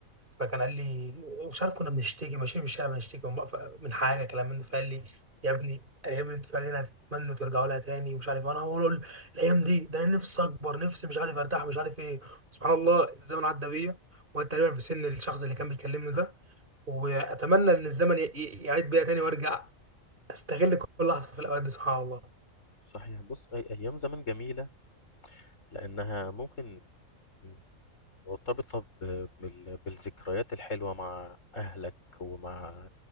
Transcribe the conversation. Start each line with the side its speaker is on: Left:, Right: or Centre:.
Right: فكان قال لي مش عارف كنا بنشتكي ماشيين في الشارع بنشتكي من بقف- من حاجه كلام من ده فقال لي يا ابني الايام اللي انتوا فعلا هتتمنوا ترجعوا لها تاني ومش عارف انا هقول الايام دي ده أنا نفسي اكبر نفسي مش عارف ارتاح ومش عارف ايه سبحان الله الزمن عدى بيا وتقريبا في سن الشخص اللي كان بيكلمني ده واتمنى ان الزمن ي- ي- يعيد بيا تاني وارجع استغل كل لحظه في الاوقات دي سبحان الله
Left: صحيح بص أي أيام زمان جميلة لأنها ممكن مم. مرتبطة ب- بال- بالذكريات الحلوة مع أهلك ومع